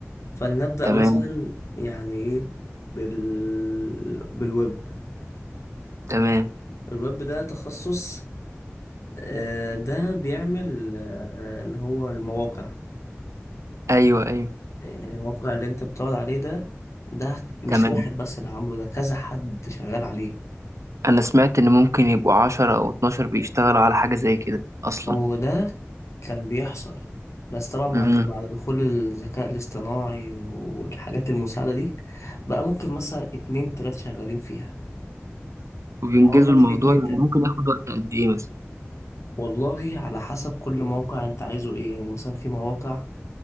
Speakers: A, on the left; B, on the right.
A: فلنبدأ
B: تمام
A: مثلا يعني ايه بال... بالويب
B: تمام
A: الويب ده تخصص آه، ده بيعمل آه، اللي هو المواقع
B: ايوه ايوه
A: يعني الموقع اللي انت بتقعد عليه ده ده مش
B: تمام
A: واحد بس اللي عامله ده كذا حد شغال عليه
B: انا سمعت ان ممكن يبقوا عشرة او اتناشر بيشتغلوا على حاجة زي كده اصلا
A: هو ده كان بيحصل بس طبعا بعد
B: امم
A: بعد دخول الذكاء الاصطناعي والحاجات المساعدة دي بقى ممكن مثلا اتنين تلاتة شغالين فيها
B: وبينجزوا
A: هقول لك
B: الموضوع
A: ليه اتنين
B: يعني
A: تاني
B: ممكن ياخد وقت قد ايه مثلا
A: والله على حسب كل موقع انت عايزه ايه يعني مثلا في مواقع